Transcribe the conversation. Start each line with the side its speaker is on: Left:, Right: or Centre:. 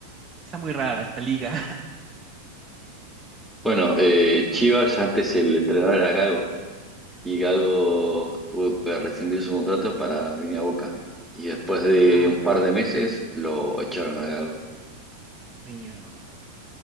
Right: está muy rara esta liga. <laughs>
Centre: Bueno, eh, Chivas antes el entrenador era Gago y Gago tuvo que rescindir su contrato para venir a Boca. Y después de
Right: ah,
Centre: un
Right: mira,
Centre: par de meses lo echaron a Gago.
Right: mira nomás.